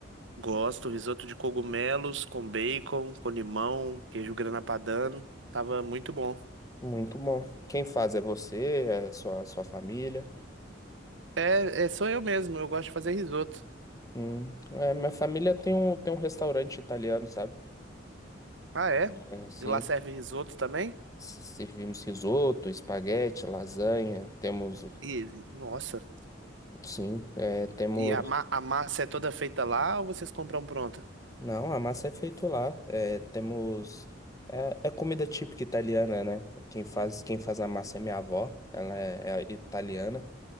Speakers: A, on the right (about 75°); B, on the left (about 20°).
A: Gosto, risoto de cogumelos com bacon, com limão, queijo grana padano. Tava muito bom.
B: Muito bom. Quem faz é você, é sua, sua família.
A: É, é, sou eu mesmo, eu gosto de fazer risoto.
B: Hum, é, minha família tem um, tem um restaurante italiano, sabe?
A: Ah, é?
B: É, sim.
A: E lá serve risoto também?
B: S- Servimos risoto, espaguete, lasanha. Temos,
A: E, nossa.
B: sim, é, temos
A: E a, ma- a massa é toda feita lá ou vocês compram pronta?
B: Não, a massa é feito lá. É, temos. É, é comida típica italiana, né? Quem faz, quem faz a massa é minha avó. Ela é, é italiana.